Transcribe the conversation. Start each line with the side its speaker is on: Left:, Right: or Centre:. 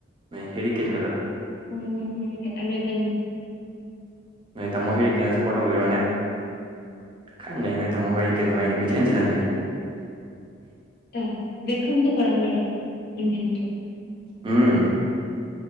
Right: ꯅ‌ꯣꯏ ‌ꯍ‌ꯦꯔꯤꯀꯦꯗ
Left: ꯎꯝ <unintelligible> ꯍ‌ꯦꯔꯤꯀ‌ꯦꯠ ꯑꯔ‌ꯣꯏꯕ
Right: ꯅꯣꯏ ꯇꯥꯃꯣ ꯍꯦꯔꯤꯀꯦꯟꯅ ꯁꯄꯣꯔꯠ ꯇꯧꯕꯤꯔꯣꯅꯦ ꯈꯪꯉꯅꯤ ꯅ‌ꯣꯏ ꯇꯥꯃꯣ ꯍꯦꯔꯤꯀ‌ꯦꯟ ꯍ‌ꯣꯏ ꯀꯨꯏꯆꯦꯟ ꯆ‌ꯦꯜꯍꯪꯒꯦ
Left: ꯑ ꯕ‌ꯦꯈꯝꯗ‌ꯣ ꯀꯔꯝꯕꯅꯣ ꯏꯪꯂ‌ꯦꯟ ꯅꯠꯇꯔ‌ꯣ
Right: ꯎꯝ